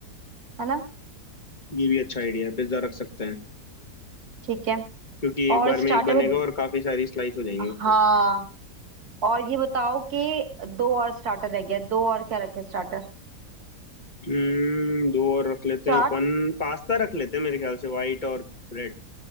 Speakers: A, on the right; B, on the left.
A: है ना
B: ये भी अच्छा आइडिया है पिज्जा रख सकते हैं
A: ठीक है
B: क्योंकि एक
A: और
B: बार
A: स्टार्टर
B: में एक बनेगा
A: में
B: और काफी सारी स्लाइस हो जाएंगी
A: हाँ
B: उसमें
A: और ये बताओ कि दो और स्टार्टर रह गया दो और क्या रखे स्टार्टर
B: हम्म दो और रख लेते
A: चाट
B: हैं अपन पास्ता रख लेते हैं मेरे ख्याल से व्हाइट और रेड